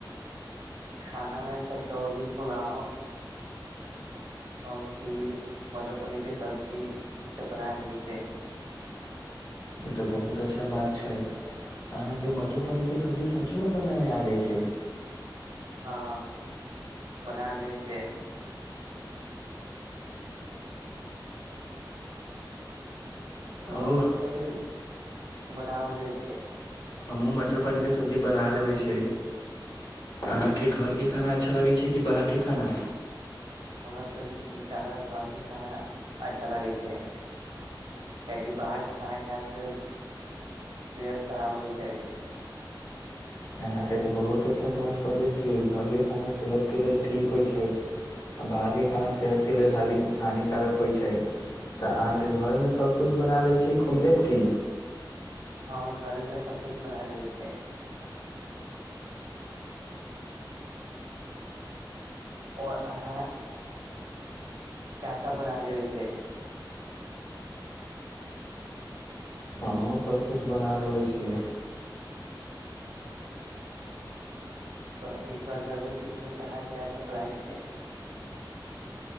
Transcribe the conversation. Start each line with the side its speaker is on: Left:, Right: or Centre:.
Right: खाना मे कचौड़ी पुलाव। और खीर मटर पनीर के सब्जी ई सभ बनायले छै।
Left: ई तऽ बहुत अच्छा बात छै। अहाँकेँ मटर पनीर के सब्जी सचोमे बनाबै आब जाइत छै।
Right: हँ, बना दे छै। रौआ
Left: आओर
Right: कथि कथि बदव दै छै।
Left: हमहूँ मटर पनीर के सब्जी बना लेबै छी अहाँकेँ घरके खाना अच्छा लगै छै, कि बाहर के खाना
Right: हमरा तऽ जादा घर के खाना अच्छा लागे छै। कियाकि बाहरके खाना खाय से तबियत खराब हो जाइ छै।
Left: अहाँकेँ तऽ बहुत अच्छा बात कहले छियै घरके खाना सेहतके लेल ठीक होइ छै। आ बाहरके खाना सेहत के लेल हानिकार कऽ होइत छै तऽ अहाँके घरमे सभ कुछ बना लैत छिये खुदे की
Right: हँ घर मे सब कुछ बना ले छै और अहाँ का का बना देबे छै
Left: हमहुँ सबकिछु बना लेबै छियै
Right: तऽ इ गर्मी छुट्टी मऽ कहाँ जायके प्लान छिय